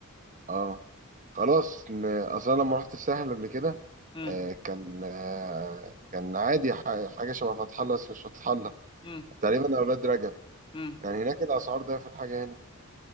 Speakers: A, on the right; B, on the left.
A: اه خلاص ن- اصلا لما رحت الساحل قبل كده
B: امم
A: آه، كان آه، كان عادي ح- حاجة شبه فتح الله بس مش فتح الله
B: امم
A: تقريبا أولاد رجب
B: امم
A: كان هناك الأسعار ده في الحاجة هنا